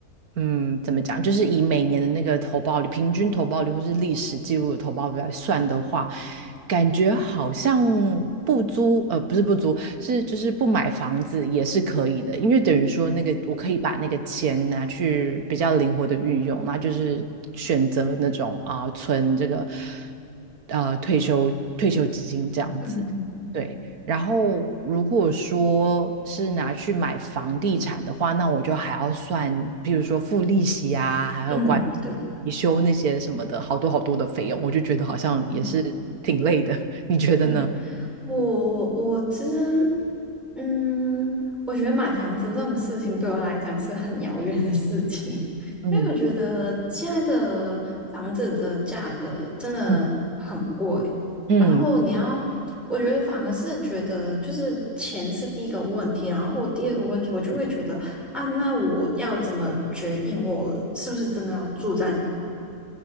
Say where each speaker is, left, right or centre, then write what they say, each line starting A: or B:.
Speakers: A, on the right (about 80°); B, in the centre.
A: 嗯，怎么讲，就是以每年的那个投报率、平均投报率或是历史记录的投报率来算的话，感觉好像不租，呃，不是不租，是就是不买房子也是可以的，因为等于说那个我可以把那个钱拿去比较灵活的运用，那就是选择那种啊、存这个呃退休退休基金这样子。
B: 嗯
A: 对，然后，如果说是拿去买房地产的话，那我就还要算，比如说付利息啊，还有关
B: 嗯，对，
A: 维修那些什么的，好多好多的费用，我就觉得好像也是挺累的。
B: 嗯，
A: <laughs> 你觉得呢？
B: 对，我我其实，嗯，我觉得买房子这种事情对我来讲是很遥远的事情，<laughs>
A: 嗯
B: 因为我觉得现在的房子的价格真的很贵，
A: 嗯，嗯，
B: 然后你要，我觉得反而是觉得就是钱是第一个问题，然后第二个问题我就会觉得啊，那我要怎么决定我是不是真的要住在